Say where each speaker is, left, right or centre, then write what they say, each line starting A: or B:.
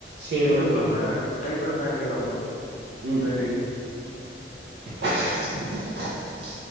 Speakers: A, on the right; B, on the left.
A: சரி
B: மீண்டும்
A: ஓகே
B: நம்ம
A: ப்ரோ
B: டைம் இருந் <unintelligible> ப்ரோ
A: ம்
B: நன்றி
A: <inaudible>